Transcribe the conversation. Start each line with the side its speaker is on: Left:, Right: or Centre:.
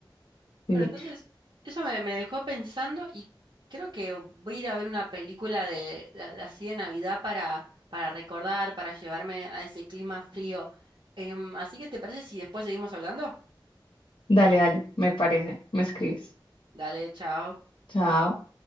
Left: Sí.
Right: Bueno, entonces eso me, me dejó pensando y creo que voy a ir a ver una película de, de- de así de Navidad para, para recordar, para llevarme a ese clima frío. Em, así que ¿te parece si después seguimos hablando?
Left: Dale, dale, me parece. Me escribes.
Right: Dale, chao.
Left: Chao.